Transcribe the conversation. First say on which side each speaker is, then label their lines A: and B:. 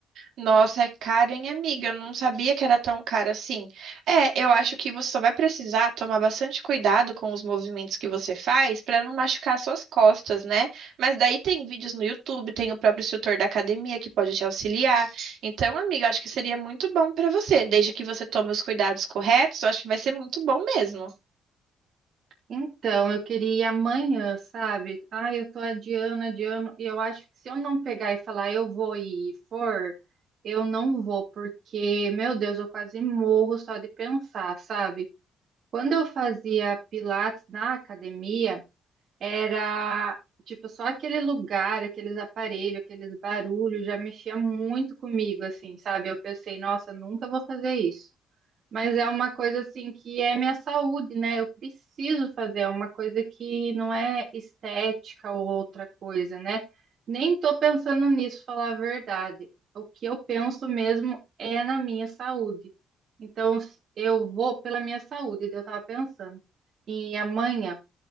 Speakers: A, on the right; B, on the right.
A: Nossa, é caro, hein, amiga? Eu não sabia que era tão caro assim. É, eu acho que você só vai precisar tomar bastante cuidado com os movimentos que você faz para não machucar suas costas, né? Mas daí tem vídeos no YouTube, tem o próprio instrutor da academia que pode te auxiliar. Então, amiga, eu acho que seria muito bom para você, desde que você tome os cuidados corretos, eu acho que vai ser muito bom mesmo.
B: Então, eu queria ir amanhã, sabe? Ai, eu tô adiando, adiando, e eu acho que se eu não pegar e falar eu vou e for, eu não vou, porque, meu Deus, eu quase morro só de pensar, sabe? Quando eu fazia pilates na academia, era tipo só aquele lugar, aqueles aparelhos, aqueles barulhos, já mexia muito comigo, assim, sabe? Eu pensei, nossa, nunca vou fazer isso. Mas é uma coisa assim que é minha saúde, né? Eu preciso fazer, é uma coisa que não é estética ou outra coisa, né? Nem tô pensando nisso, falar a verdade. O que eu penso mesmo é na minha saúde. Então, s- eu vou pela minha saúde, daí eu tava pensando. E amanhã,